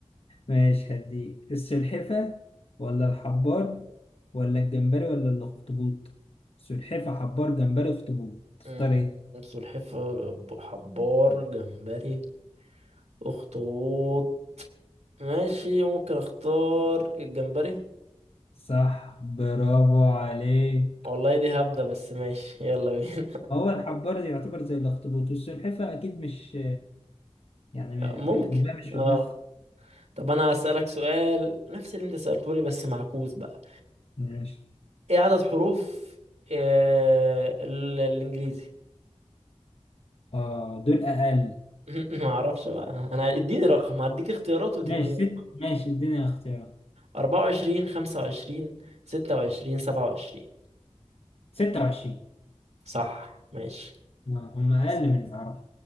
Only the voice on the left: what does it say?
ماشي هديك السلحفة ولا الحبار ولا الجمبري ولا الاخطبوط سلحفة حبار جمبري اخطبوط تختار
ايه
صح برافو عليك
هو الحبار يعتبر زي الاخطبوط والسلحفة اكيد مش يعني
ما-
قلبها مش في
دماغها
ماشي
اه دول اقل
ماشي ست
ماشي الدنيا اختيارات
26
آه، هم اقل
من العرب